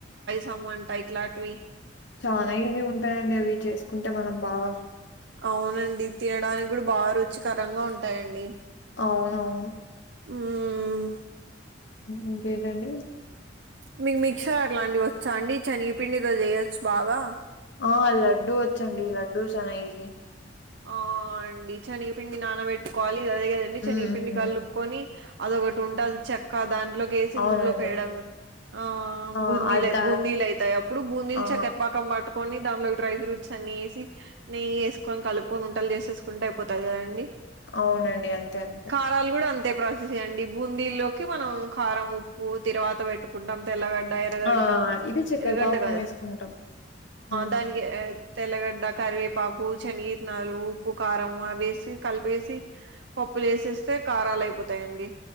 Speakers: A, on the right; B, on the left.
A: సమ్ వాట్ టైమ్ ఇలాంటివి
B: చాలనా ఈజీ ఉంటాయంండి అవి చేసుకుంటే మనం బాగా
A: అవునండి తినడానికి కూడా బాగా రుచికరంగా ఉంటాయండి
B: అవునవును
A: ఆ
B: ఇంకేంటండి
A: మీకు మిక్సర్ అట్లాంటివి వచ్చా అండి శనిగిపిండితో చేయొచ్చు బాగా
B: ఆ లడ్డూ వచ్చండి లడ్డూ చనా ఈజీ
A: ఆ అండి శనిపిండి నానబెట్టుకోవాలి ఇది అదిగదండి
B: హ్మ్.
A: శనిపిండి
B: హ్మ్.
A: కలుపుకొని అదొ ఒకటి ఉంటుది చెక్క దాంట్లోకేసి
B: అవునండి.
A: నూనెలో పోయడం ఆ
B: ఆ!
A: బూందీలు
B: అద్ద
A: బూందీలు అయితాయి అప్పుడు బూందీలు
B: ఆ!
A: చక్కెరపాకం పట్టుకొని దానిలో డ్రై ఫ్రూట్స్ అన్నిేసి నెయ్యిేసుకొని కలుపుకొని ఉంటలు చేసేసుకుంటే అయిపోతాయి కదండి
B: అవునండి అంతే అంతే
A: కారాలు కూడా ప్రాసెస్ చేయండి బూందీల్లోకి మనం కారం ఉప్పు తరువాత పెట్టుకుంటాం తెల్లగ ఎరగడ్డ
B: ఆ! ఇది చక్కెర
A: ఎగడ్డద
B: పాకం ఏసుకుంటాం. హ్మ్.
A: దానికి తెల్లగడ్డ కవే పకుగుని నాలు ఉప్పు కారం అవిసి కలిపేసి పప్పులు వేసేస్తే కారాలు అయిపోతాయండి